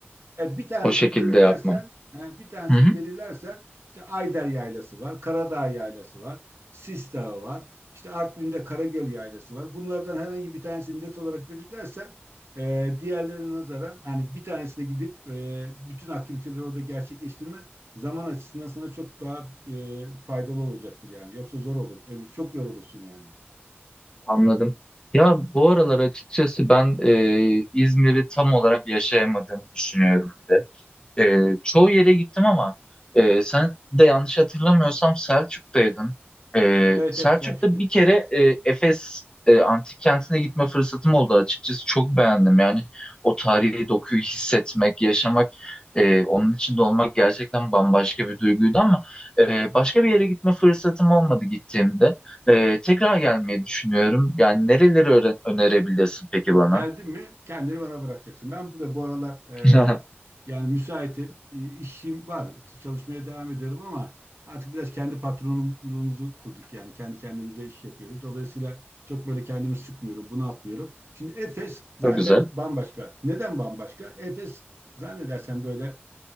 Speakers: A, on the right (about 80°); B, on the left (about 20°).
A: Evet, bir tanesini
B: O şekilde
A: belirlersen,
B: yapmam.
A: he, bir tanesini
B: Hı hı.
A: belirlersen işte Ayder Yaylası var, Karadağ Yaylası var, Sis Dağı var, işte Artvin'de Karagöl Yaylası var. Bunlardan herhangi bir tanesini net olarak belirlersen e, diğerlerine nazaran hani bir tanesine gidip e, bütün aktiviteleri orada gerçekleştirmen zaman açısından sana çok daha e, faydalı olacaktır yani. Yoksa zor olur. Öbür çok yorulursun yani.
B: Anladım. Ya bu aralar açıkçası ben e, İzmir'i tam olarak yaşayamadığımı düşünüyorum. E, çoğu yere gittim ama e, sen de yanlış hatırlamıyorsam Selçuk'taydın. E,
A: Evet
B: Selçuk'ta
A: evet Selçuk'tayım.
B: bir kere e, Efes e, antik kentine gitme fırsatım oldu açıkçası. Çok beğendim yani o tarihi dokuyu hissetmek, yaşamak, e, onun içinde olmak gerçekten bambaşka bir duyguydu ama e, başka bir yere gitme fırsatım olmadı gittiğimde. E, tekrar gelmeyi düşünüyorum. Yani nereleri öğren- önerebilirsin peki
A: Bak
B: bana?
A: geldin mi kendini bana bırakacaksın. Ben burada bu aralar e,
B: <laughs>
A: yani müsaitim. E, işim var. Çalışmaya devam ediyorum ama artık biraz kendi patronluğumuzu kurduk. Yani kendi kendimize iş yapıyoruz. Dolayısıyla çok böyle kendimi sıkmıyorum, bunaltmıyorum. Şimdi Efes zaten
B: Çok güzel.
A: bambaşka. Neden bambaşka? Efes zannedersem böyle